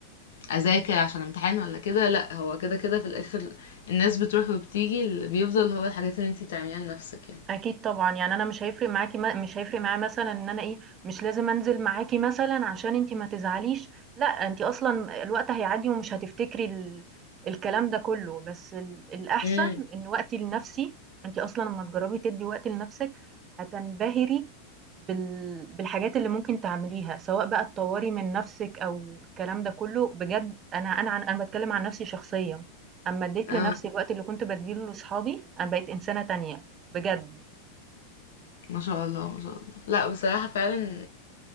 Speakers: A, on the left; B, on the right.
A: أذاكر عشان امتحان ولا كده لأ هو كده كده في الآخر الناس بتروح وبتيجي اللي بيفضل هو الحاجات اللي انتي بتعمليها لنفسِك يعني.
B: أكيد طبعًا، يعني أنا مش هيفرق معاكِ م مش هيفرق معايا مثلًا إن أنا إيه، مش لازم أنزل معاكِ مثلًا عشان أنتِ ما تزعليش، لأ أنتِ أصلًا الوقت هيعدّي ومش هتفتكري ال الكلام ده كله، بس ال الأحسن
A: امم.
B: إن وقتي لنَفْسي أنتِ أصلًا أمّا تجرّبي تدّي وقت لنَفْسِك هتنبهري بال بالحاجات اللي ممكن تعمليها، سواء بقى تطوّري من نَفْسِك أو الكلام ده كله، بجد أنا أنا عن أنا باتكلّم عن نَفْسي شخصيًا، أمّا ادّيت
A: آه،
B: لنَفْسي الوقت اللي كنت بادّيه لأصحابي، أنا بقيت إنسانة تانية بجد.
A: ما شاء الله، ما شاء الله. لأ بصراحة فعلًا